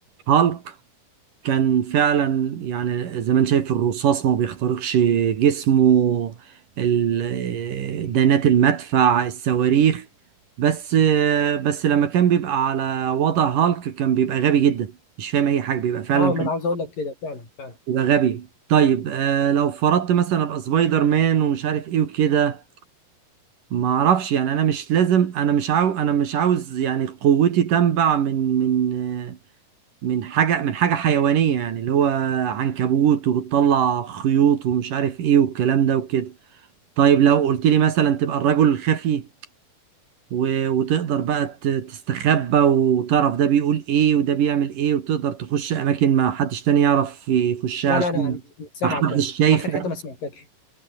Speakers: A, on the right (about 60°); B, on the left (about 60°).
A: هالك كان فعلا يعني زي ما انت شايف الرصاص ما بيخترقش جسمه ال- دانات المدفع الصواريخ بس بس لما كان بيبقى على وضع هالك كان بيبقى غبي جدا مش فاهم اي حاجه بيبقى فعلا
B: اه ما انا عاوز اقول لك كده فعلا فعلا
A: بيبقى غبي طيب آه لو فرضت مثلا ابقى سبايدر مان ومش عارف ايه وكده ما اعرفش يعني انا مش لازم انا مش عاو انا مش عاوز يعني قوتي تنبع من من من حاجة من حاجة حيوانية يعني اللي هو عنكبوت وبتطلع خيوط ومش عارف ايه والكلام ده وكده طيب لو قلت لي مثلا تبقى الرجل الخفي و... وتقدر بقى ت- تستخبى وتعرف ده بيقول ايه وده بيعمل ايه وتقدر تخش اماكن ما حدش تاني يعرف يخشها
B: لا
A: عشان
B: لا انا مش مش سامعك
A: ما حدش شايفك
B: اخر حته ما سمعتكش